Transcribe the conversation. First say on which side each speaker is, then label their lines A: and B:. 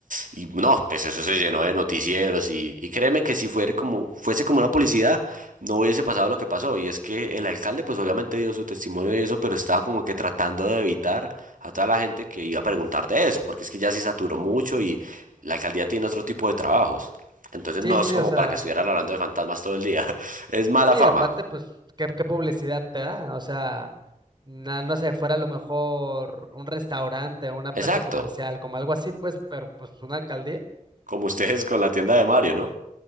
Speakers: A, on the right; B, on the right.
A: y no, pues eso se llenó de noticieros y, y créeme que si fuera como, fuese como una publicidad, no hubiese pasado lo que pasó. Y es que el alcalde pues obviamente dio su testimonio y eso, pero estaba como que tratando de evitar a toda la gente que iba a preguntar de eso, porque es que ya se saturó mucho y la alcaldía tiene otro tipo de trabajos. Entonces
B: Sí,
A: no
B: sí,
A: es
B: sí,
A: como
B: o sea.
A: para que estuvieran hablando de fantasmas todo el día. <laughs> Es mala
B: Sí,
A: fama.
B: aparte, pues, ¿qué, qué publicidad te da? O sea, na- no sé, fuera a lo mejor un restaurante, una plaza
A: Exacto.
B: comercial, como algo así, pues, pero pues una alcaldía.
A: Como ustedes con la tienda de Mario, ¿no?